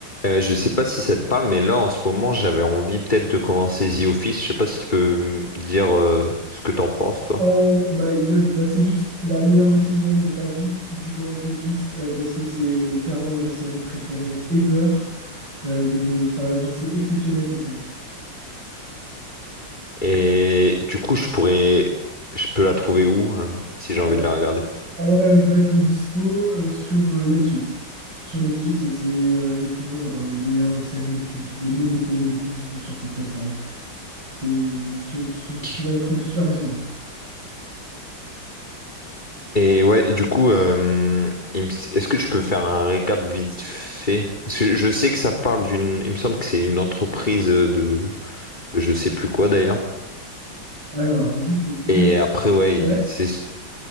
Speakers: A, on the left; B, on the right.
A: Euh, je sais pas si ça te parle, mais là en ce moment j'avais envie peut-être de commencer The Office. Je sais pas si tu peux me dire euh, ce que t'en penses toi.
B: Oh my god, bah c'est juste la meilleure décision de ta vie si tu commences The Office euh, parce que c'est euh, clairement ma série préférée ever, euh, mais de, enfin genre c'est exceptionnel comme série.
A: Et du coup je pourrais, je peux la trouver où hein, si j'ai
B: Alors,
A: envie de la regarder.
B: alors elle va être dispo euh, sur euh, Netflix. Sur Netflix, c'est euh, elle est toujours dans les meilleures séries les plus les mieux notées, les plus vues sur cette plateforme. C'est tu, tu,
A: Qui
B: tu vas le trouver super facilement.
A: Et ouais, du coup, euh, il me- est-ce que tu peux faire un récap vite fait? Parce que je sais que ça parle d'une, il me semble que c'est une entreprise euh, de, de je sais plus quoi d'ailleurs.
B: Alors du coup, The
A: Et
B: Office,
A: après ouais,
B: ouais,
A: il- c'est,